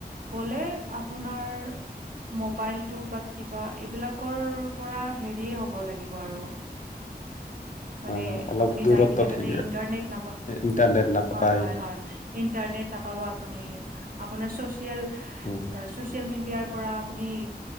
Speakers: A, on the right; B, on the left.
A: গ'লে আপোনাৰ মোবাইলটো বা কিবা এইবিলাকৰ পৰা হেৰিয়ে হ'ব লাগিব আৰু। মানে
B: আহ, অলপ
A: আপুনি
B: দূৰত্বত
A: যাই কিনে
B: থাকি
A: তাতে ইণ্টাৰনেট নাপায়
B: ইণ্টাৰনেট নাপায়।
A: হয় হয় ইটাৰনেট নাপাব আপুনি। আপোনাৰ চ'চিয়েল
B: উম,
A: ছ'চিয়েল মিডিয়া দিয়াৰ পৰা আপুনি